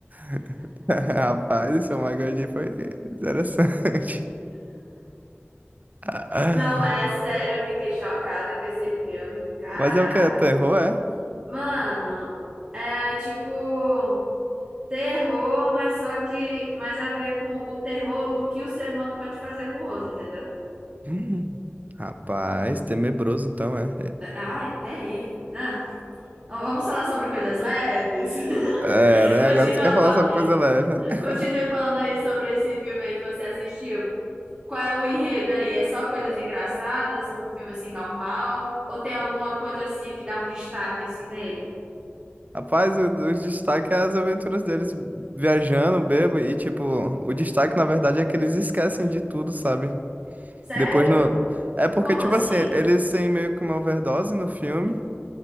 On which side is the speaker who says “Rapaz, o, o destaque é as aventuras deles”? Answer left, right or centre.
Right